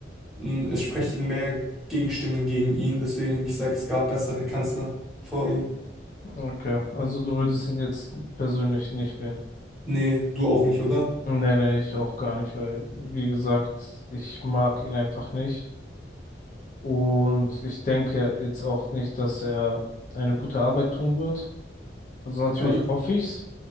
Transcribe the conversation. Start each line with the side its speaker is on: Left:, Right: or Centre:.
Centre: Mm, Es sprechen mehr Gegenstimmen gegen ihn, deswegen ich sage, es gab bessere Kanzler vor ihm.
Left: Okay, also du würdest ihn jetzt persönlich nicht wählen.
Centre: Nee, du auch nicht, oder?
Left: Nee, nee, ich auch gar nicht, weil, wie gesagt, ich mag ihn einfach nicht. Und ich denke jetzt auch nicht, dass er eine gute Arbeit tun wird. Also natürlich
Centre: Aber das,
Left: hoffe ich's.